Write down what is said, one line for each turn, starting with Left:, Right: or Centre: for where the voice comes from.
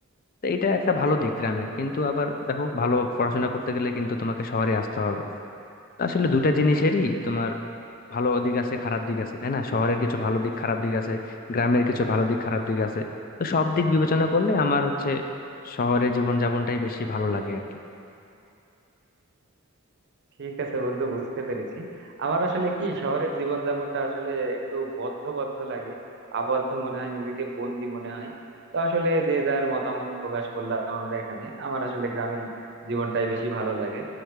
Left: তো এটা একটা ভালো দিক গ্রামের কিন্তু আবার দেখো ভালো পড়াশোনা করতে গেলে কিন্তু তোমাকে শহরে আসতে হবে তো আসলে দুটা জিনিসেরই তোমার ভালো দিক আছে খারাপ দিক আছে তাই না শহরের কিছু ভালো দিক খারাপ দিক আছে গ্রামের কিছু ভালো দিক খারাপ দিক আছে তো সব দিক বিবেচনা করলে আমার হচ্ছে শহরে জীবনযাপনটাই বেশি ভালো লাগে আর কি
Right: ঠিক আছে বন্ধু বুঝতে পেরেছি আমার আসলে কি শহরের জীবনযাপনটা আসলে একটু বদ্ধ বদ্ধ লাগে আবদ্ধ মনে হয় নিজেকে বন্দি মনে হয় তো আসলে যে যার মতামত প্রকাশ করলাম আমরা এখানে আমার আসলে গ্রামের জীবনটাই বেশি ভালো লাগে